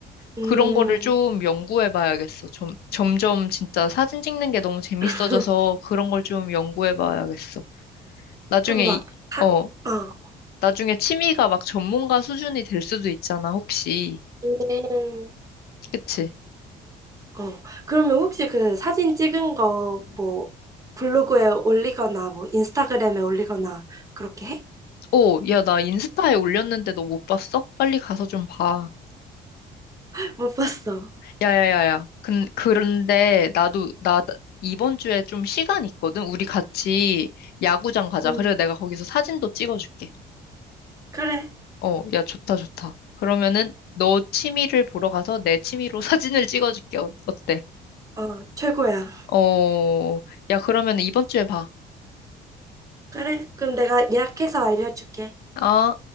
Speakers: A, on the right; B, on the left.
A: 음.
B: 그런 거를 좀 연구해 봐야겠어. 좀, 점점 진짜 사진 찍는 게 너무 재밌어져서
A: <laughs>
B: 그런 걸 좀 연구해 봐야겠어. 나중에,
A: 그럼 막,
B: 이-
A: 사,
B: 어,
A: 어,
B: 나중에 취미가 막 전문가 수준이 될 수도 있잖아, 혹시.
A: 음,
B: 그치?
A: 어. 그러면 혹시 그 사진 찍은 거 뭐 블로그에 올리거나 뭐 인스타그램에 올리거나 그렇게 해?
B: 오, 야, 나 인스타에 올렸는데 너 못 봤어? 빨리 가서 좀 봐.
A: <laughs> 못 봤어.
B: 야야야야. 근, 그런데 나도, 나 이번 주에 좀 시간 있거든? 우리 같이 야구장 가자.
A: 음,
B: 그래, 내가 거기서 사진도 찍어줄게.
A: 그래.
B: 어, 야, 좋다, 좋다. 그러면은 너 취미를 보러 가서 내 취미로 <laughs> 사진을 찍어줄게. 어- 어때?
A: 어, 최고야.
B: 어, 야, 그러면 이번 주에 봐.
A: 그래, 그럼 내가 예약해서 알려줄게.
B: 아.